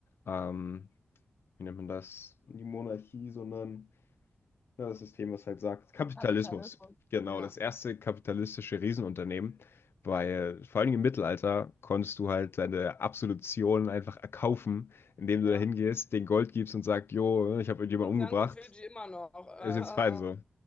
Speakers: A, on the left; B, on the left.
A: ähm, wie nennt man das? Nicht Monarchie, sondern ja, das System, was halt sagt, Kapitalismus.
B: Kapitalismus.
A: Genau,
B: Ja.
A: das erste kapitalistische Riesenunternehmen, weil
B: Ja,
A: vor allem im Mittelalter konntest du halt deine Absolution einfach erkaufen, indem du
B: ja.
A: da hingehst, den Gold gibst und sagst, jo, ich habe irgendjemanden
B: Das Ganze
A: umgebracht,
B: in Fidschi immer noch.
A: ist jetzt fein so.
B: <laughs>